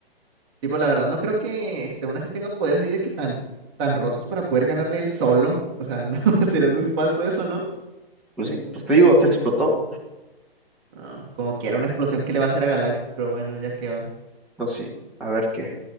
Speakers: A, on the right (about 25°); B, in the centre.
A: Tipo, la verdad, no creo que este, aún así tenga poderes así de que tan, tan rotos para poder ganarle él solo. O sea, no, <laughs> será muy falso eso, ¿no?
B: Pues sí, pues te digo, se explotó.
A: No, como quiera una explosión que le va a hacer a Galactus, pero bueno, ya que va.
B: Pues sí, a ver qué.